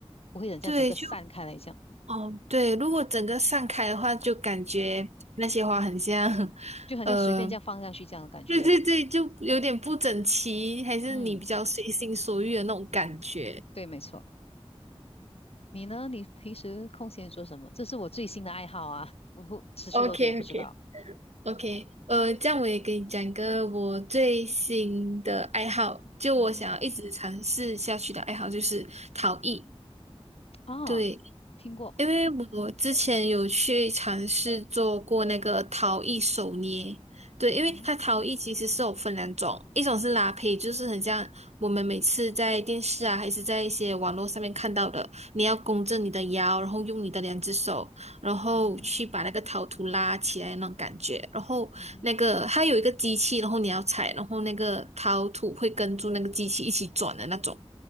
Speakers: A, on the left (about 65°); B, on the right (about 90°).
A: 不会很像整个散开来这样，
B: 对，就哦对，如果整个散开的话，就感觉那些花很像，
A: 嗯，
B: <laughs>
A: 就好像随便这样放上去这样的感觉而已。
B: 呃，对对对，就有点不整齐，还是你比较随心所欲的那种感觉。
A: 嗯，对，没错。你呢？你平时空闲做什么？这是我最新的爱好啊，不过持续多久我不知道。
B: o k o k OK，呃，这样我也给你讲一个我最新的爱好，就我想要一直尝试下去的爱好就是陶艺。
A: 嗯哼，哦，
B: 对，
A: 听过。
B: 因为我之前有去尝试做过那个陶艺手捏，对，
A: 嗯哼，
B: 因为它陶艺其实是有分两种，一种是拉胚，就是很像我们每次在电视啊，还是在一些网络上面看到的，你要弓着你的腰，然后用你的两只手，然后去把那个陶土拉起来那种感觉，
A: 嗯哼，
B: 然后那个它有一个机器，
A: 嗯哼。
B: 然后你要踩，然后那个陶土会跟住那个机器一起转的那种。